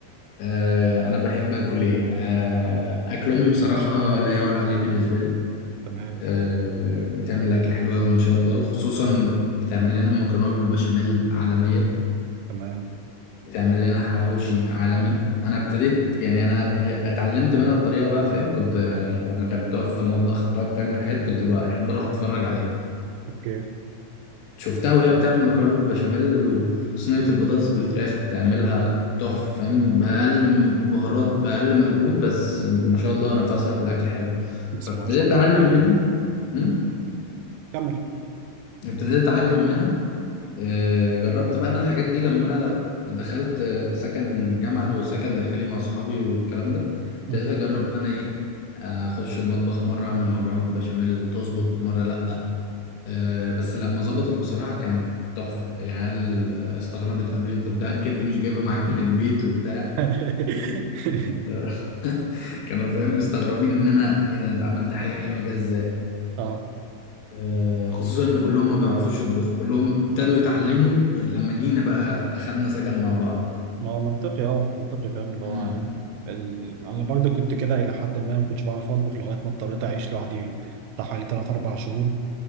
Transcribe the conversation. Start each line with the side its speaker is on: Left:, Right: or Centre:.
Left: آه، انا بحب اكل ايه آه، اكل امي بصراحه لا يعلى عليه بالنسبه لي
Right: تمام
Left: آه، بتعمل اكل حلو قوي ما شاء الله خصوصا بتعمل لنا مكرونه بالبشاميل عالميه
Right: تمام
Left: بتعمل لنا حواوشي عالمي انا ابتديت يعني انا هي اتعلمت منها الطريقه بقى فاهم كنت يعني لما كانت بتقف في المطبخ تقعد تعمل حاجات كنت بحب اروح اتفرج عليها
Right: أوكي
Left: فشفتها وهي بتعمل مكرونه بالبشاميل وصينيه البطاطس بالفراخ تعملها تحفه فاهم باقل م- بهارات باقل مجهود بس ما شاء الله نفسها في الاكل حلو
Right: بسم
Left: فابتديت
Right: الله ما شاء الله
Left: اتعلم منها مم.
Right: مم. كمل
Left: ابتديت اتعلم منها آه، جربت بقى انا الحاجات دي لما انا دخلت آه، سكن جامعه وسكن داخلي مع اصحابي والكلام ده ابتديت
Right: مم.
Left: اجرب بقى انا ايه آه، اخش المطبخ مره اعمل مكرونه بالبشاميل تظبط مره لا آه، بس لما ظبطت بصراحة كانت تحفة العيال استغربت قالوا لي انت متأكد دي مش جايبة معاك من البيت وبتاع
Right: <laughs>
Left: <laughs> كانوا فاهم مستغربين ان انا ايه ده انت عملت حاجة حلوة جايه ازاي
Right: اه
Left: آه، خصوصا ان كلهم ما بيعرفوش يطبخوا كلهم ابتدوا
Right: اه
Left: يتعلموا لما جينا بقى اخدنا سكن مع بعض
Right: ما هو منطقي اه منطقي فاهم اللي
Left: امم
Right: هو ال... انا برضو كنت كده الى حد ما ما كنتش بعرف اطبخ لغايه ما اضطريت اعيش لوحدي بتاع حوالي 3 4 شهور